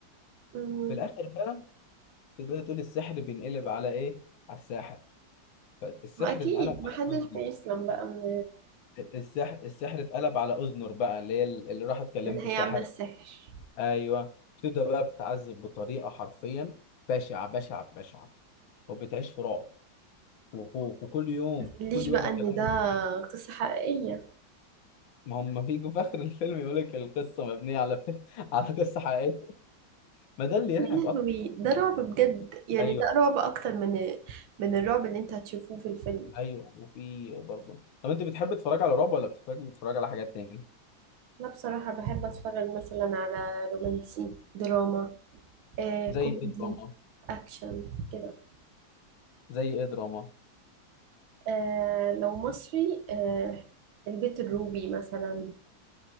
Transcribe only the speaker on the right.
مم.
ما أكيد
محدش
بيسلم بقى من
اللي
هي عاملة السحر
متقوليش
بقى
إن ده
قصة حقيقية
يا لهوي
ده رعب بجد يعني
ده رعب أكتر من من الرعب اللي أنت هتشوفوه في الفيلم
أنا بصراحة بحب أتفرج مثلا على رومانسي دراما آه،
كوميدي
أكشن كده
آه، لو مصري آه، البيت الروبي مثلا